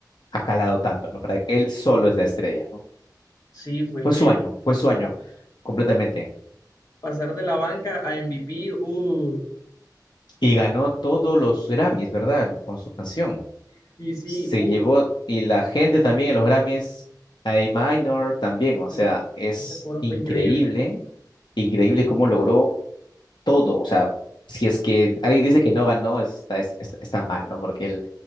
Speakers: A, on the left; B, on the left.
A: ha calado tanto, ¿no? Para él solo es la estrella, ¿no?
B: sí, fue
A: Fue
B: increíble.
A: su año, fue su año
B: Ah,
A: completamente.
B: Pasar de la banca a MVP, uh,
A: Y ganó todos los Grammys, ¿verdad? Con su canción.
B: sí, sí,
A: Se
B: uh,
A: llevó, y la gente también en los Grammys, A Minor también,
B: sí.
A: o sea, es
B: ese coro
A: increíble,
B: fue increíble.
A: increíble cómo logró todo. O sea, si es que alguien dice que no ganó, está, es- está, está mal, ¿no? Porque él